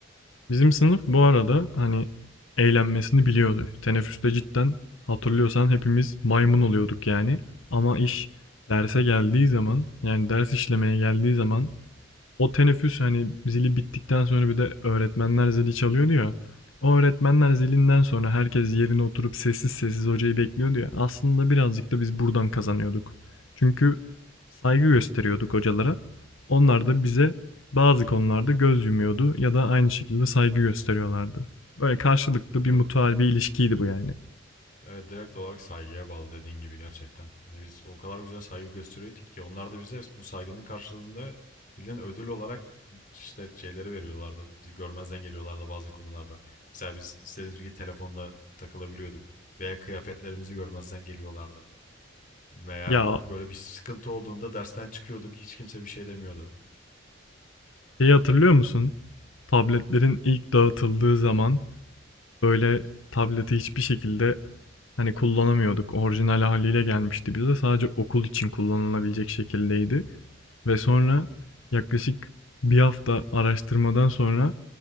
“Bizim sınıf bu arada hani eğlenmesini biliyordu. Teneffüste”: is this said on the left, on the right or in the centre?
Left